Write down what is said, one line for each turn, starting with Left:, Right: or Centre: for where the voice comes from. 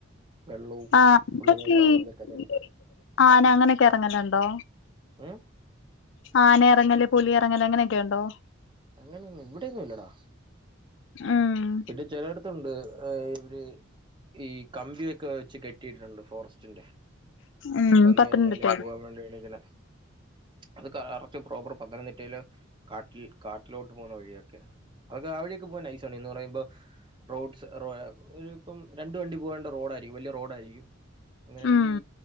Right: വെള്ളവും
Left: ആഹ്
Right: ഫുള്ള് വെള്ളവും
Left: <inaudible>
Right: ഇതൊക്കെ തന്നെ
Left: ആന അങ്ങനൊക്കെ ഇറങ്ങലൊണ്ടോ
Right: ഉം
Left: ആന ഇറങ്ങല് പുലി ഇറങ്ങല് അങ്ങനൊക്കെയുണ്ടോ
Right: അങ്ങനൊന്നും ഇവിടെന്നും ഇല്ലെടാ
Left: ഉം
Right: പിന്നെ ചെലട ത്തുണ്ട് ഏഹ് ഇവരെ ഈ കമ്പിയൊക്കെ വെച്ച് കെട്ടിയിട്ടുണ്ട് ഫോറസ്റ്റിന്റെ
Left: ഉം
Right: വന്നു
Left: പത്തനംതിട്ടയില്
Right: കഴിഞ്ഞാലും പോവാൻ വേണ്ടി <unintelligible> അത് കറക്റ്റ് പ്രോപ്പർ പത്തനംതിട്ടയില് കാട്ടിൽ കാട്ടിലോട്ട് പോന്ന വഴിയൊക്കെയാ അത് ആ വഴിയൊക്കെ പോവാൻ നൈസാണെ എന്നു പറയുമ്പാ റോഡ് സ് റുവാ ഏഹ് ഒരു ഇപ്പം രണ്ടു വണ്ടി പോകേണ്ട റോഡാരിക്കും വലിയ റോഡാരിക്കും എങ്ങനെ
Left: ഉം
Right: ഈ